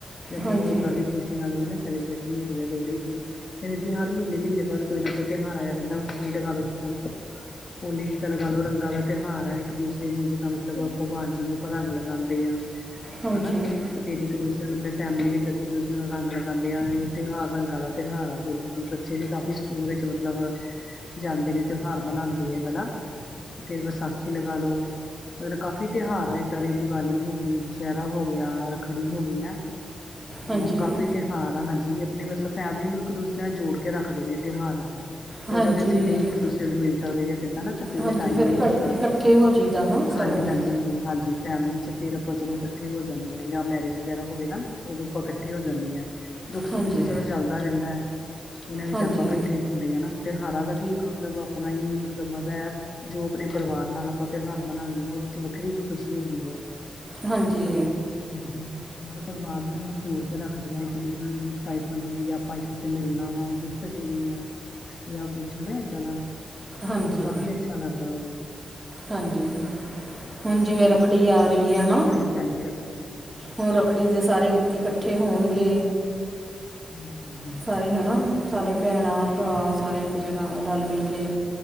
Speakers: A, on the left; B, on the right.
A: ਜਾਂ
B: ਹਾਂਜੀ
A: ਚਲੋ ਓਦਾਂ ਵੀ ਖੁਸ਼ੀ ਨਾਲ ਵੀ ਨਾ, ਸੈਲੀਬ੍ਰੇਸ਼ਨ ਹੁੰਦੀ ਐ ਲੋਹੜੀ ਦੀ, ਫੇਰ ਏਦੀ ਹਰ ਮ੍ਹੀਨੇ, ਮ੍ਹੀਨੇ ਬਾਦ ਕੋਈ ਨਾ ਕੋਈ ਤੇਹਾਰ ਆਏਆ ਰੈਂਦਾ ਹੋਲੀ ਲਗਾ ਲੋ ਜਿੱਦਾਂ ਹੋਲੀ ਜਿੱਦਾਂ ਲਗਾ ਲੋ ਰੰਗਾਂ ਦਾ ਤੇਹਾਰ ਐ, ਇੱਕ ਦੂਸਰੇ ਨੂੰ ਜਿੱਦਾਂ ਮਤਲਬ ਭਗਵਾਨ ਜੀ ਨੂੰ ਆਪਾਂ ਰੰਗ ਲਗਾਂਦੇ ਆਂ
B: ਹਾਂਜੀ
A: ਹਨਾ, ਤੇ ਫੇਰ ਇੱਕ ਦੂਸਰੇ ਨੂੰ ਆਪਨੇ ਫੈਮਲੀ ਵਿੱਚ ਅਸੀਂ ਇੱਕ ਦੂਸਰੇ ਨੂੰ ਰੰਗ ਲਗਾਂਦੇ ਆਏ ਤੇਹਾਰ ਆ ਹੋਲੀ ਬੱਚੇ ਵੀ ਕਾਫੀ ਸਕੂਲ ਵਿੱਚ ਮਤਲਬ, ਜਾਂਦੇ ਨੇ ਤੇਹਾਰ ਮਨਾਂਦੇ ਏ ਵਾਲਾ। ਫੇਰ ਵਸਾਖੀ ਲਗਾਲੋ ਮਤਲਬ ਕਾਫੀ ਤੇਹਾਰ ਆ ਏਦਾਂ ਦੇ ਦੀਵਾਲੀ ਹੋ ਗੀ, ਦੂਸੇ਼ਰਾ ਹੋ ਗੇਆ, ਰੱਖੜੀ ਹੋ ਗੀ ਹਨਾ।
B: ਹਾਂਜੀ
A: ਹਾਂ ਕਾਫੀ ਤੇਹਾਰ ਆ ਹਾਂਜੀ, ਆਪਨੀ ਮਤਲਬ ਫੈਮਲੀ ਨੂੰ ਇੱਕ ਦੂਸਰੇ ਨਾਲ ਜੋੜ ਕੇ ਰੱਖਦੇ ਨੇ ਤੇਹਾਰ।
B: ਹਾਂਜੀ
A: ਓਦਾਂ ਤੇ ਅਸੀਂ ਨਈ ਇੱਕ, ਦੂਸਰੇ ਨੂੰ ਮਿਲ ਸਾਕਦੇ ਯਾ ਹਨਾ ਕਿਸੇ ਵੇਲੇ
B: ਹਾਂਜੀ
A: ਟਾਈਮ
B: ਫਿਰ
A: ਨਈ
B: ਇਕ
A: ਹੁੰਦਾ
B: ਇਕੱਠੇ ਹੋ ਜਾਈਦਾ ਨਾ ਸਾਰੇ
A: ਹਾਂਜੀ
B: ਜਣੇ
A: ਹਾਂਜੀ-ਹਾਂਜੀ ਫੈਮਲੀ ਚ ਫੇਰ ਆਪਾਂ ਚਲੋ ਕੱਠੇ ਹੋ ਜਾਂਨੇ ਆਂ ਯਾ ਮੈਰੇਜ ਵਗੈਰਾ ਹੋਵੇ ਨਾ, ਓਦੋਂ ਆਪਾਂ ਕੱਠੇ ਹੋ ਜਾਂਨੇ ਆ। ਦੁੱਖ-ਸੁੱਖ
B: ਹਾਂਜੀ
A: ਚ ਚਲੋ ਚੱਲਦਾ ਰੈਂਦਾ ਏ, ਏਨਾਂ ਵਿੱਚ
B: ਹਾਂਜੀ
A: ਆਪਾਂ ਕੱਠੇ ਹੁੰਦੇ ਆ ਤੇਹਾਰਾਂ ਦਾ ਵੀ ਇੱਕ ਮਤਲਬ ਅਪਨਾ ਹੀ, ਮਤਲਬ ਮਜ਼ਾ ਐ ਜੋ ਆਪਨੇ ਪਰਵਾਰ ਨਾਲ਼ ਆਪਾਂ ਤੇਹਾਰ ਮਨਾਂਨੇ ਆ ਓਦੇ ਵਿੱਚ ਵੱਖਰੀ ਇੱਕ ਖੁਸ਼ੀ ਹੁੰਦੀ ਐ।
B: ਹਾਂਜੀ।
A: ਹਾਂਜੀ, <unintelligible> ਪਰਵਾਰ ਨੂੰ ਜੋੜ ਕੇ ਰੱਖਦੇ ਆ ਇੱਕ ਦੂਸਰੇ ਨੂੰ ਏਨੀ ਐਕਸਾਈਟਮੈਂਟ ਹੁੰਦੀ ਆ, ਆਪਾਂ ਇੱਕ ਦੂਸਰੇ ਮਿਲਨਾ ਵਾ ਗਿਫਟ ਦੇਣੇ ਆ। ਯਾ ਕੁੱਛ ਹਣਾ ਏਦਾਂ ਦਾ,
B: ਹਾਂਜੀ
A: ਮਲਬ ਕਾਫੀ ਅੱਛਾ ਲੱਗਦਾ ਓਦੋ।
B: ਹਾਂਜੀ ਹੁਣ ਜੀ ਮੇਰਾ ਰੱਖੜੀ ਆ ਰਹੀ ਹੈ ਹੈਾ
A: ਹਾਂਜੀ-ਹਾਂਜੀ ਰੱਖੜੀ ਆਲੀ ਹਾਂਜੀ
B: ਹੁਣ ਰੱਖੜੀ ਦੇ ਸਾਰੇ ਇਕੱਠੇ ਹੋਣਗੇ
A: ਹਾਂਜੀ ਹਾਂਜੀ
B: ਸਾਰੇ ਹੈ ਨਾ ਸਾਰੇ ਭੈਣਾਂ ਭਰਾ ਸਾਰੇ ਇੱਕ ਜਗ੍ਹਾ ਰਲ ਮਿਲ ਕੇ